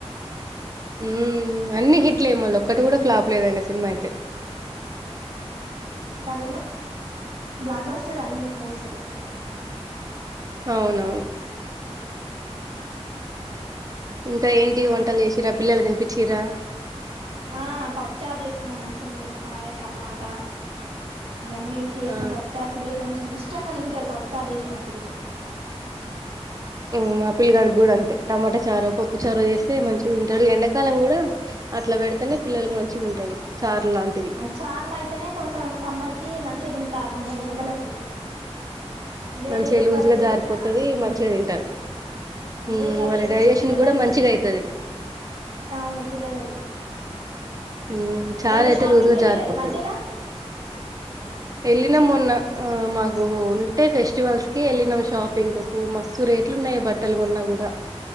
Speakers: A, on the right; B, on the right.
A: హ్మ్ అన్ని హిట్ లే మళ్ళీ ఒక్కటి కూడా ఫ్లాప్ లేదన్న సినిమా అయితే
B: తన బ్లాక్ బాస్టరీ అన్ని మూవీస్
A: అవునవును ఇంకా ఏంటి వంటలు చేసిరా పిల్లలు తినిపించి రా
B: ఆ పప్పుచార్ చేసిన మంచిగా మూలక్కయ టమాటా అవన్నీ చేసిన
A: ఆ
B: పప్పుచార్ పిల్లలు మంచి ఇష్టంగా తింటారు పప్పుచార్ చేసినప్పుడు
A: అవు ఆపిల్ గడ్ గూడ అంతే టమాటా చా పప్పు చరూ చేస్తే మ తంటాడు ఎకాలం కూడా అట్లా పె పిల్లలకి మంచిగా ఉంటది లాంటివి
B: చార్ల అయితేనే కొంచెం సమ్మర్ కి మంచిగా తింటారు కొంచెం ఎండలకి బేర
A: మంచిగా
B: ఏ
A: లూజ్
B: కర్రీ
A: గా
B: చేసిన
A: జారిపోతది మంచిగా తింటారు ఉమ్
B: ఏ కార
A: వాళ్ళ
B: చేసిన
A: డైజెషన్
B: తినడం
A: కూడా మంచిగా
B: తక్కువ
A: అయితది
B: అవును పిల్లలకి
A: హ్మ్ చాలా
B: ఏదైనా
A: అయితే
B: షాపింగ్కి
A: లూస్ గా
B: వెళ్ళిరా
A: జారిపోతది
B: ఈ మధ్యలా
A: వెళ్ళినా మొన్న మాకు ఉంటే ఫెస్టివల్స్ కి వెళ్ళినాం షాపింగ్ మస్తు రేట్లు
B: ఉహు
A: ఉన్నాయి బట్టలు కొన్నా కూడా